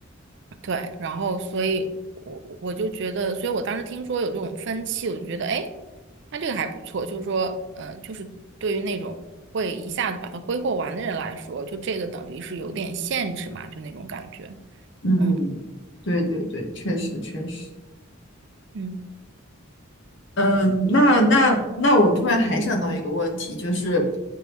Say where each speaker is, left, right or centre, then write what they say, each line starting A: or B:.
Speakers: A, on the right (about 60°); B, on the left (about 60°).
A: 对，然后所以我我就觉得，所以我当时听说有这种分期，我就觉得，哎，那这个还不错。就是说，呃，就是对于那种会一下子把它挥霍完的人来说，就这个等于是有点限制嘛，就那种感觉。
B: 嗯，
A: 嗯
B: 对对对，确实确实，
A: 嗯，
B: 嗯，那那那我突然还想到一个问题，就是